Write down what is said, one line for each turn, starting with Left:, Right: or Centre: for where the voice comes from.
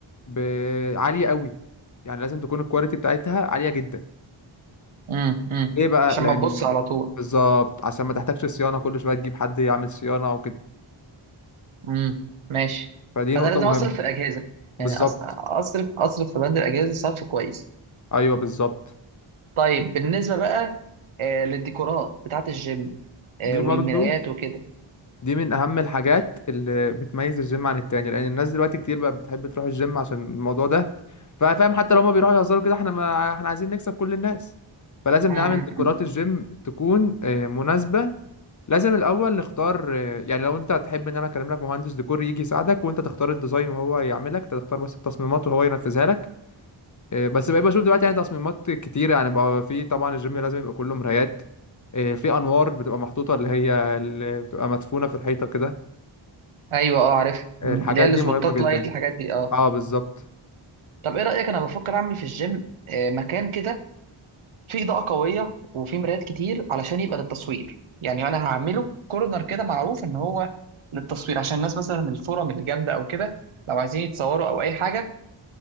Left: ب- عالية قوي يعني لازم تكون الكواليتي بتاعتها عالية جدا
Right: امم امم
Left: ليه بقى
Right: عشان
Left: لأن
Right: ما تبص على طول
Left: بالظبط عشان ما تحتاجش صيانة كل شوية تجيب حد يعمل صيانة أو كده
Right: امم ماشي
Left: فدي
Right: فانا
Left: نقطة
Right: لازم
Left: مهمة
Right: اصرف في الاجهزه
Left: بالظبط
Right: يعني أص- اصرف اصرف في بند الاجهزه صرف كويس
Left: أيوه بالظبط
Right: طيب بالنسبه بقى آه، للديكورات بتاعه الجيم آه،
Left: دي
Right: والمرايات
Left: برضو
Right: وكده
Left: دي من أهم الحاجات اللي بتميز الجيم عن التاني لأن الناس دلوقتي كتير بقى بتحب تروح الجيم عشان الموضوع ده فاهم حتى لو هما بيروحوا يهزروا كده احنا ما احنا عايزين نكسب كل الناس فلازم
Right: امم
Left: نعمل ديكورات
Right: أمم.
Left: الجيم تكون آه، مناسبة لازم الاول نختار آه، يعني لو انت تحب ان انا اكلم لك مهندس ديكور يجي يساعدك وانت تختار الديزاين وهو يعملك انت تختار بس التصميمات وهو ينفذها لك آه، بس بقى بشوف دلوقتي يعني تصميمات كتيره يعني بقى في طبعا الجيم لازم يبقى كله مرايات آه، في انوار بتبقى محطوطه اللي هي اللي بتبقى مدفونه في الحيطه كده
Right: ايوه اه عارف
Left: آه،
Right: أمم،
Left: الحاجات
Right: اللي هي السبوتات
Left: دي مهمه جدا
Right: لايت الحاجات دي اه
Left: اه بالظبط
Right: طب ايه رايك انا بفكر اعمل في الجيم آه، مكان كده فيه اضاءه قويه وفيه مرايات كتير علشان يبقى للتصوير يعني انا هعمله كورنر كده معروف ان هو للتصوير عشان الناس مثلا من الفورم اللي جامده او كده لو عايزين يتصوروا او اي حاجه